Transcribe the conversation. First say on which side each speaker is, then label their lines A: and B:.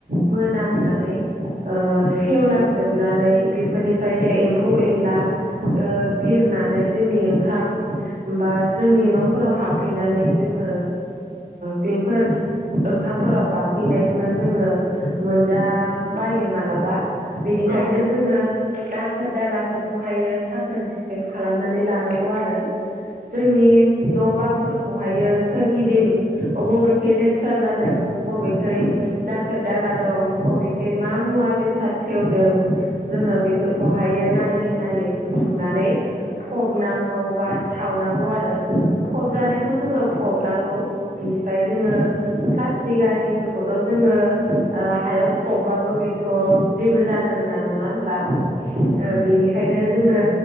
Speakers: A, on the right; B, on the right.
A: मोनामनानै सेवलांजोब हाबनानै बेफोरनिफ्रायनो एम्फौ एनला बिरनानै जोंनि ओंखाम हबा जोंनि न'फोराव हाबफैनानै जोङो बेफोर ओंखामफोराव बाफैनायखौनो जोङो मोनजा बायो मालाबा बेनिखायनो
B: औ औ
A: जोङो दाखोर दालाफोरखौहायो साखोन सिखोन खालामनानै लानांगौ आरो। जोंनि
B: उम
A: न' बांफोरखौहायो सोरगिदिं अबबेख लेथ्रा लेथ्रा जादों बबेखै दाखोर दाला दं बबेखाय मा मुवा बेसाद सेवदों जोङो बेफोरखौहायो नायै नायै बुथुमनानै फबनांगौ बा सावनांगौ आरो फबजानायखौ
B: उम उम
A: जोङो फबनांगौ बिनिफ्राय जोङो प्लास्टिक आरिफोरखौथ' जोङो हायाव ओ फबबाबो बेथ' जेबो जा जानो रोङा नङा होनब्ला ओ
B: उम औ
A: बेनिखायनो जोङो